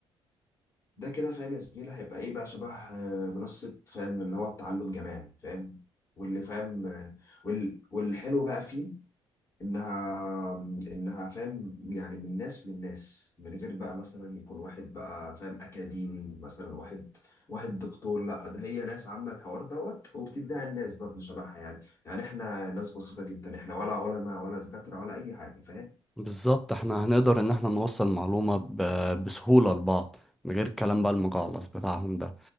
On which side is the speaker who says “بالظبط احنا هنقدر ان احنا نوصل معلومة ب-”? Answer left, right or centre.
Centre